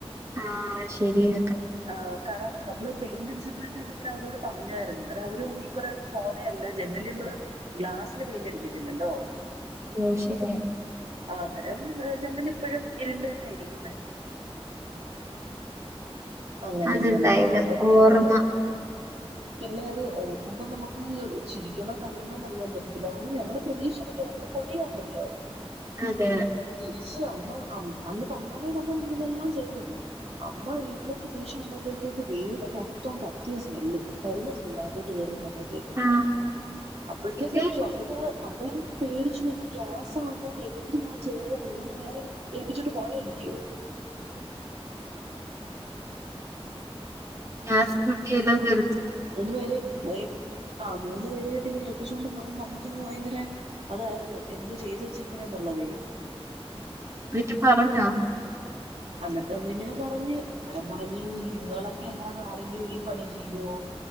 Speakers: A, on the right (about 30°); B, on the right (about 80°).
A: ആഹ ശരിയ
B: ആ കറ നമ്മള് പെയിന്റടിച്ച് പ്പോഴത്തേക് ഇങ്ങനെ അവരോട് പറഞ്ഞായിരുന്നു ന്നിട്ട അവര്റഞ്ഞു ഈ കറന്നും പോവേല്ല ജെനലിമ്മള് ഗ്ലാസ്സിന് പെയിന്റ് അടിക്കത്തില്ലല്ലോ
A: ഓ ശരിയാ
B: അതരം ജനലിപ്പഴും ഇരുണ്ട് തന്നെയായിരിക്കുന്നെ അങ്ങനെല്ലാലോ
A: അതെന്തായാലും
B: അബദ്ധങ്ങള്
A: ഓർമ്മ
B: പിന്നെ അത് ഓർക്കുമ്പോ നമുക്ക് ചിരിക്കണോ കരയണോന്ന് അറിയാൻ പറ്റത്തില്ല അന്ന് ഞങ്ങള് പ്രതീക്ഷ നമ്മള് പൊടിയാന്നല്ലോ
A: അതെ
B: തിരിച്ചു അമ്മ അന്ന് പൊങ്കാലയുടെ അന്നമ്മളിതെല്ലാം ചെയ്യുന്നത് അമ്മ വീ ട്ടി തിരിച്ചു വന്നപ്പോഴത്തേക്ക് വീട് മൊത്തം കത്തിയ സ്മെല് കരിഞ്ഞ സ്മെല് അകത്തോട്ട് കയറി വന്നപ്പോഴത്തേ
A: ആ
B: അപ്പോഴത്തേക്കച്ചോമ
A: എനിക്ക്
B: അമ്മയ് അമ്മ പേടിച്ചു ഗ്യാസാണോ എന്തുവാ ചെയ്ത് മൂന്ന് വേര ഏൽപ്പിച്ചിട്ട് പോയല്ലയോ
A: ഗ്യാസ് പൊട്ടി വെല്ലോ തെ
B: മൂന്ന് പേരെ പോയ ആ മൂന്ന് പേരായിട്ട് ഇങ്ങനെ ഏൽപ്പിച്ചോണ്ട് പോയണ്ട് അമ്മയ്ക്ക്ങ്ങ് ഭയങ്കര അതായിരുന്നു എന്തോ ചെയ്തു വെച്ചേക്ക്ന്ന് എന്നുള്ളതെയ്
A: ന്നിട്ട് പറഞ്ഞോ
B: അന്നിട്ട് നമ്മളിങ്ങനെ പറഞ്ഞ് അന്നേരം പറഞ്ഞ് നിങ്ങളൊക്കെ അല്ലാതെ ആരെങ്കിലും ഈ പണി ചെയ്യുവോ